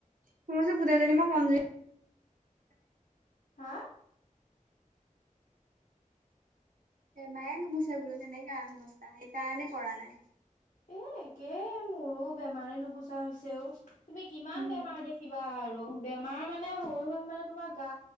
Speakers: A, on the right (about 85°); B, on the left (about 65°).
A: শুনিছো গোটেইজনী মই কম
B: হা?
A: বেমাৰে নোগোছে বোলো তেনেকা অৱস্থা সেইকাৰণে কৰা নাই।
B: এ একে মোৰো বেমাৰে নুগুচা হৈছে অ'। তুমি কিমান
A: উম
B: বেমাৰ দেখিবা আৰু বেমাৰ মানে হৈ হৈ মানে তোমাৰ গা